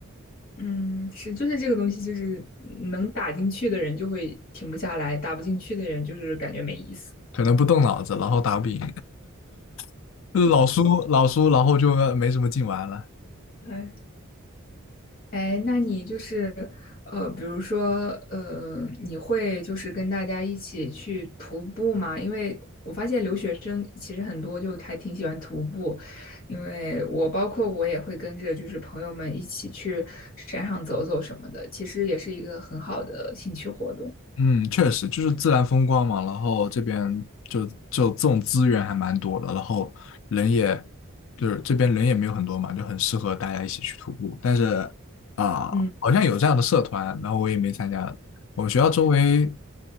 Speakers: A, on the left; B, on the left.
A: 嗯，是就是这个东西就是能打进去的人就会停不下来，打不进去的人就是感觉没意思，
B: 可能不动脑子，然后打不赢，<laughs> 老输老输，然后就没什么劲玩了。
A: 哎。哎，那你就是呃，比如说呃，你会就是跟大家一起去徒步吗？因为我发现留学生其实很多就还挺喜欢徒步，因为我包括我也会跟着就是朋友们一起去山上走走什么的，其实也是一个很好的兴趣活动。
B: 嗯，确实就是自然风光嘛，然后这边就就这种资源还蛮多的，然后人也就是这边人也没有很多嘛，就很适合大家一起去徒步。但是啊、
A: 嗯。
B: 好像有这样的社团，然后我也没参加。我们学校周围，